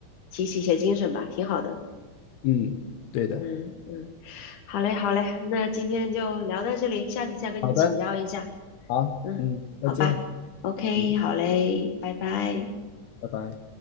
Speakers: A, on the left; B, on the left.
A: 提起一些精神吧，挺好的。
B: 嗯，对的，
A: 嗯嗯，好嘞好嘞，那今天就聊到这里，下次再跟你请教一下。
B: 好的，好，
A: 嗯，
B: 嗯，再见，
A: 好吧，OK，
B: 嗯，
A: 好嘞，拜拜。
B: 拜拜。